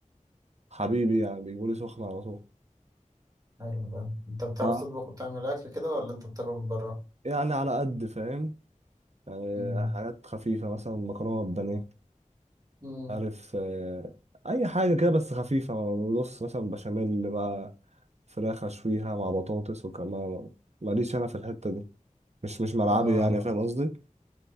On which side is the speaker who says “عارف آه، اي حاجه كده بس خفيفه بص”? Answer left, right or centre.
Right